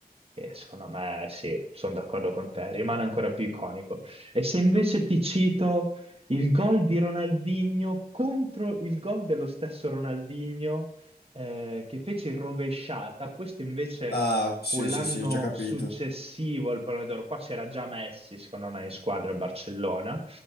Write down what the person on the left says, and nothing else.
Ah, sì,
sì, sì, ho già capito.